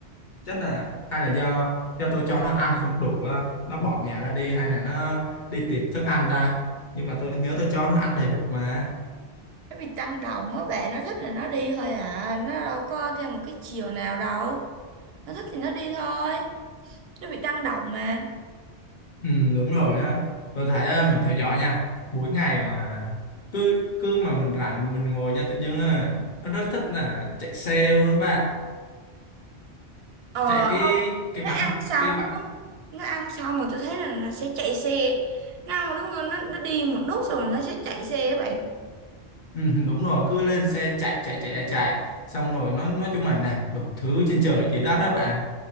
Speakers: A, on the left (about 50°); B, on the right (about 70°).
A: chắc là hay là do do tôi cho nó ăn không đủ á, nó bỏ nhà ra đi hay là nó đi tìm thức ăn ta nhưng mà tôi nhớ tôi cho nó ăn đầy đủ mà
B: nó bị tăng động á bạn nó thích là nó đi thôi à nó đâu có theo một cái chiều nào đâu nó thích thì nó đi thôi nó bị tăng động mà
A: ừ, đúng rồi á tôi thấy á, mình theo dõi nha mỗi ngày mà cứ cứ mà mình rảnh mình ngồi nha tự dưng là nó rất thích là chạy xe luôn đó bạn
B: ờ
A: chạy cái cái
B: nó
A: bắn
B: ăn xong
A: cái bắn
B: á nó ăn xong mà tôi thấy là nó sẽ chạy xe nó ăn một lúc nó nó nó đi một lúc xong rồi nó sẽ chạy xe các bạn
A: ừ, đúng rồi cứ lên xe chạy chạy chạy chạy xong rồi nó nói chung là làm đủ thứ trên trời dưới đất đó bạn